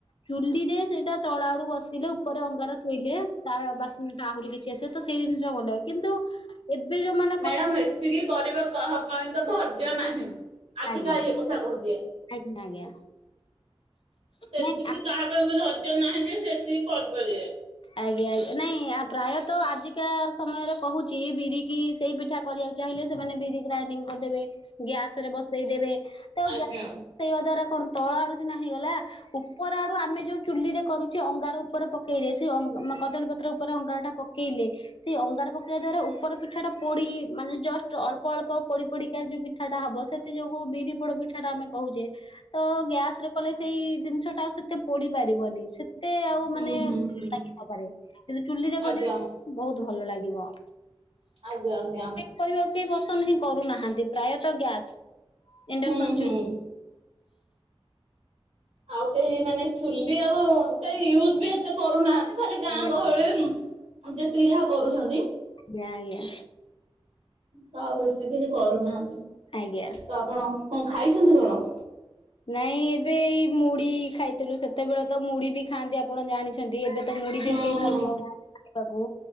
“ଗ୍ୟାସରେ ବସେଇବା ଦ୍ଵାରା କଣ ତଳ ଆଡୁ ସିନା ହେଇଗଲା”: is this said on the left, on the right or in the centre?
Left